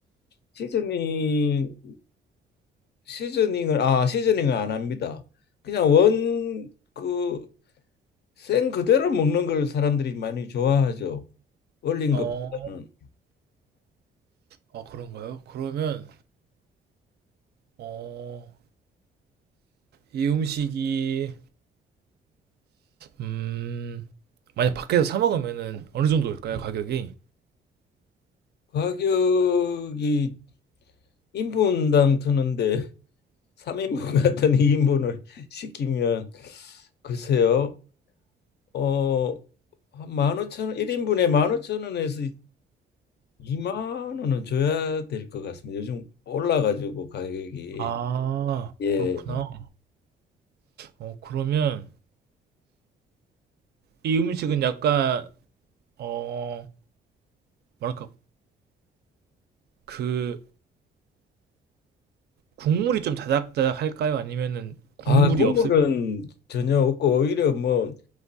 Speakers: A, on the left; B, on the right.
A: 시즈닝 시즈닝을 아 시즈닝을 안 합니다. 그냥 원 그 생 그대로 먹는 걸 사람들이 많이 좋아하죠. 올린
B: 어,
A: 것보다는
B: 어, 그런가요? 그러면 어, 이 음식이 음, 만약 밖에서 사 먹으면은 어느 정도일까요? 가격이?
A: 가격이 인분당 트는데 <laughs> 3인분 같은 2인분을 <laughs> 시키면 글쎄요. 어, 한1 오천 원 일 인분에 15,000원에서 2만 원은 줘야 될 것 같습니다. 요즘 올라가지고 가격이
B: 아,
A: 예.
B: 그렇구나. 어, 그러면 이 음식은 약간 어, 뭐랄까, 그, 국물이 좀 자작자작 할까요? 아니면은 국물이
A: 아, 국물은
B: 없을,
A: 전혀 없고 오히려 뭐